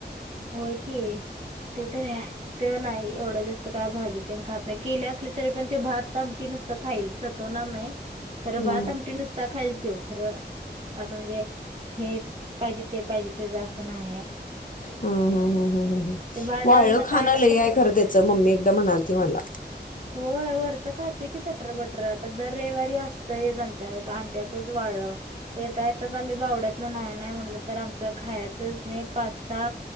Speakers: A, on the right; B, on the left.
A: होय की ते तर ते नाही एवढं जास्त काय भाजी त्यां खात नाही केल्या अस तरी पण भात नुसत खातो ना नाही खरं
B: हम्म,
A: भात आमटी नच दाखयल तो खरं असं म्हणजे हे पाहिजे ते पाहिजे ते जा असं नाहीय
B: हम ह ह ह
A: भांडण
B: वाळलं खाण
A: काय
B: लय खरं त्या मम्मी एकदा म्हणाल त मला
A: हो वरचं खातंय की सटर बटर आता दर रविवारी असतयच आमच्या आण त्यातच वा येेत यच आम्ही बावड्यात ना नाही नाही म्हटलं तर आमचं खायचंच नाही पासा